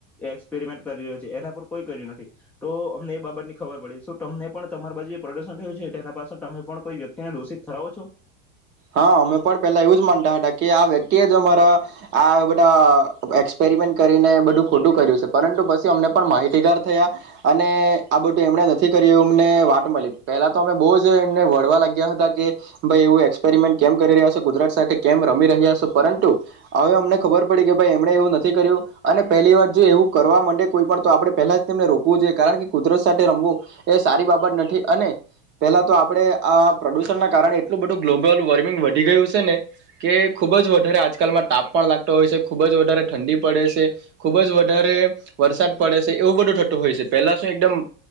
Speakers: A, in the centre; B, on the right (about 35°).
A: એક્સપેરિમેન્ટ કરી રહ્યો છે. એના પર કોઈ કર્યું નથી. તો અમને એ બાબત ની ખબર પડે તમને પણ તમારી બાજુ પ્રદર્શન થયું છે એના પાસે તમે પણ કોઈ વ્યક્તિને દોષિત ઠરાવો છો!
B: હા અમે પણ પેલા એવું જ માનતા હતા કે આ વ્યક્તિ એ જ અમારા આ બધા એક્સપેરિમેન્ટ કરીને બધું ખોટું કર્યું છે. પરંતુ પછી અમને પણ માહિતીગાર થયા અને આ બધું એમણે નથી કર્યું એવું અમને વાત મળી. પહેલા તો અમે બહુ જ એમને વળવા લાગ્યા હતા કે ભાઈ એવું એ એસપેરમેન્ટ કેમ કરી રહ્યા છો કુદરત સાથે કેમ રમી રહ્યા છે પરંતુ હવે અમને ખબર પડી કે ભાઈ એમણે એવું નથી કર્યું. અને પહેલી વાર જો એવું કરવા માંડે કોઈ પણ તો આપણે પહેલા જ તેમને રોકવું જોઈએ કારણ કે કુદરત સાથે રમવું એ સારી બાબત નથી, અને પેલા તો આપણે આ પ્રદુષણના કારણે એટલું બધું ગ્લોબલ વોર્મિંગ વધી ગયું છે ને કે ખૂબ જ વધારે આજકાલમાં તાપ પણ લાગતો હોય છે. ખૂબ જ વધારે ઠંડી પડે છે. ખૂબ જ વધારે વરસાદ પડે છે. એવું બધું થતું હોય છે, પહેલા શું એકદમ